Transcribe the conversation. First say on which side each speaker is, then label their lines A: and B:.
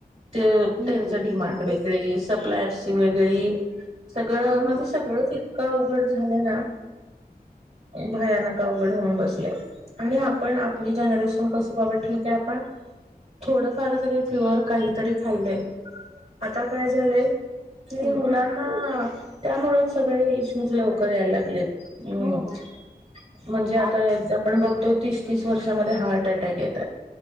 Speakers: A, on the right; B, on the right.
A: ते
B: हम्म
A: त्यांच डिमांड वेगळी सप्लायची वेगळी सगळं
B: हम्म
A: म्हणजे सगळंच इतकां उघड झालं ना भयानक अवघड होऊन बसले आणि आपण आपली जनरेशन कसं बघ ठ ते आपण थोडंफार तरी प्युअर काहीतरी खाल्लंय आता काय झाले कि
B: हम्म.
A: मुलांना त्यामुळेच सगळे इश्यूज लवकर यायला लागलेत हम्म
B: हो
A: म्हणजे
B: आ
A: आता आपण बघतो तीस तीस वर्षामध्ये हार्ट अटॅक येतात